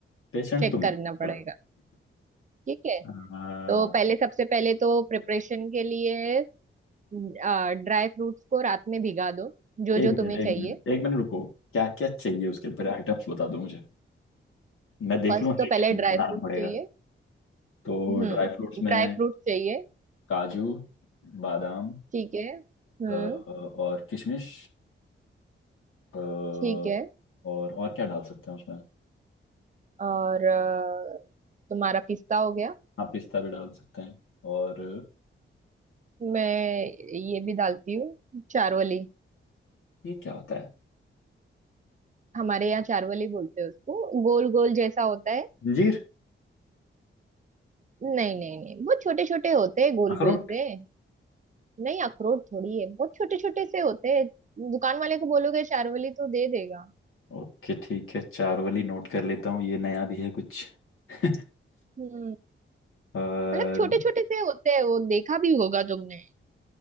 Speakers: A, on the left; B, on the right.
A: पेशेंट
B: चेक
A: तुम
B: करना
A: हो <laughs> पर-
B: पड़ेगा ठीक है
A: हाँ
B: तो पहले सबसे पहले तो प्रिपरेशन के लिए ड्राई फ्रूट्स को रात में भिगा दो जो
A: एक
B: जो
A: मिनट
B: तुम्हें
A: एक
B: चाहिए
A: मिनट एक मिनट रुको क्या क्या चाहिए उसके लिए पहले आइटम्स बता दो मुझे मैं देख
B: फर्स्ट
A: लूँ
B: तो
A: है
B: पहले
A: कि नहीं
B: ड्राई
A: बनाना
B: फ्रूट
A: पड़ेगा
B: चाहिए
A: तो
B: हम्म
A: ड्राई फ्रूट्स में
B: ड्राई फ्रूट चाहिए
A: काजू बादाम
B: ठीक है हम्म
A: अ, और किशमिश अ,
B: ठीक है
A: और और क्या डाल सकते हैं उसमें
B: और अ, तुम्हारा पिस्ता हो गया
A: हाँ पिस्ता भी डाल सकते हैं और
B: मैं ये भी डालती हूँ चारोली
A: ये क्या होता है
B: हमारे यहाँ चारोली बोलते हैं उसको गोल गोल जैसा होता है
A: अंजीर
B: नहीं नहीं नहीं बहुत छोटे छोटे होते हैं गोल
A: अखरोट
B: गोल से नहीं अखरोट थोड़ी है बहुत छोटे छोटे से होते हैं दुकान वाले को बोलोगे चारोली तो दे देगा
A: ओके ठीक है चार वाली नोट कर लेता हूँ ये नया भी है कुछ <laughs>
B: हम्म
A: और
B: मतलब छोटे छोटे से होते हैं वो देखा भी होगा तुमने